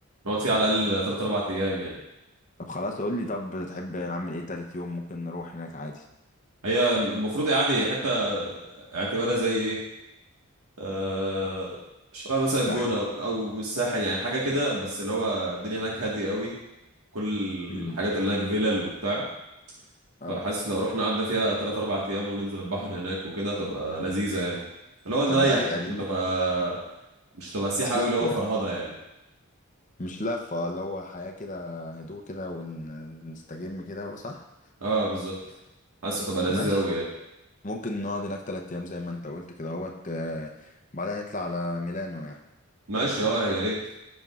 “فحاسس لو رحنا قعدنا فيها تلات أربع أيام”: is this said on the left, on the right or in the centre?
Right